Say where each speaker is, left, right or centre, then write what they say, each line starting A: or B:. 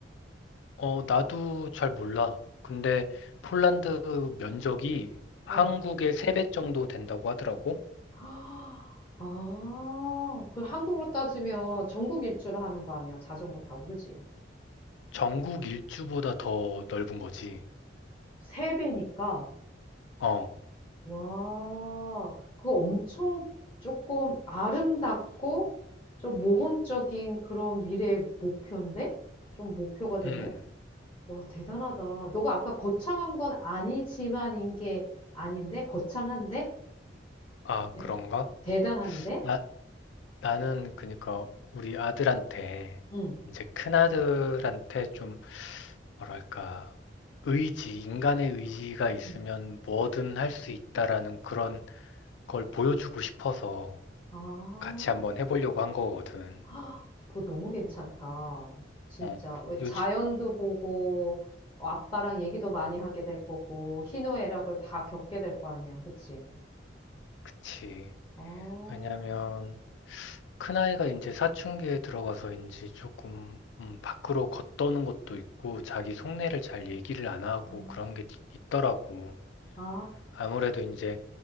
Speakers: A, on the left; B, on the left.
A: 어, 나도 잘 몰라. 근데 폴란드 면적이 한국의
B: 어.
A: 3배 정도 된다고 하더라고.
B: <gasps> 아, 그 한국으로 따지면 전국 일주를 하는 거 아니야? 자전거 타고, 그지?
A: 전국 일주보다 더 넓은 거지.
B: 세 배니까.
A: 어,
B: 와, 그거 엄청 조금 아름답고 좀 모험적인 그런 미래의 목표인데? 좀 목표가 되네?
A: 음.
B: 와, 대단하다. 너가 아까 거창한 건 아니지만인 게 아닌데? 거창한데?
A: 아,
B: 대단,
A: 그런가?
B: 대단한데?
A: 나, 나는 그러니까 우리 아들한테
B: 응.
A: 이제 큰아들한테 좀 뭐랄까 의지, 인간의 의지가 있으면
B: 응.
A: 뭐든 할 수 있다라는 그런 걸 보여주고 싶어서
B: 아,
A: 같이
B: <gasps>
A: 한번 해보려고 한 거거든.
B: 헉, 그거 너무 괜찮다. 진짜.
A: 어,
B: 왜
A: 요즘,
B: 자연도 보고, 어, 아빠랑 얘기도 많이 하게 될 거고, 희노애락을 다 겪게 될 거 아니야. 그치?
A: 그치.
B: 아, 어,
A: 왜냐면 큰아이가 이제 사춘기에 들어가서인지 조금 음, 밖으로 걷도는 것도 있고 자기 속내를 잘 얘기를 안 하고
B: 아,
A: 그런 게 있- 있더라고.
B: 아,
A: 아무래도 이제